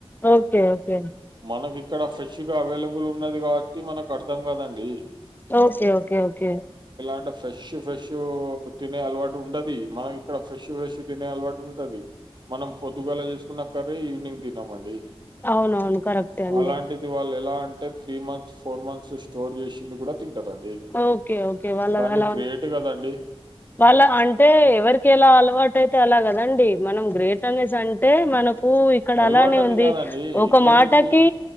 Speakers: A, on the left; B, on the right.
A: ఓకే ఓకే
B: మనకి ఇక్కడ ఫ్రెష్ గా అవైలబుల్ ఉన్నది కాబట్టి మనకు అర్ధం కదండి
A: ఓకే ఓకే ఓకే ఓ
B: అంటే ఫ్రెష్ ఫ్రెష్ తినే అలవాటు ఉంటది మనకి ఇక్కడ ఫ్రెష్ ఫ్రెష్ తినే అలవాటు ఉంటది మనం పొద్దుగాలా చేసుకున్న కర్రి ఈవినింగ్ తినమండి
A: అవునవును కరెక్టే అండి
B: అలాంటిది వాళ్ళు ఎలా అంటే three months four months store చేసింది కూడా తింటారండి
A: ఓకే ఓకే వాళ్ళకు
B: కానీ
A: అలా ఉం
B: గ్రేట్ కదండి
A: వాళ్ళ అంటే ఎవరికి ఎలా అలవాటు అయితే అలాగా అదండి మనం గ్రేటర్నెస్ అంటే మనకు ఊ ఇక్కడ
B: అలవాటని
A: అలానే ఉంది
B: కాదండి.
A: ఒక
B: ఇక్కడి
A: మాటకి
B: నుంచి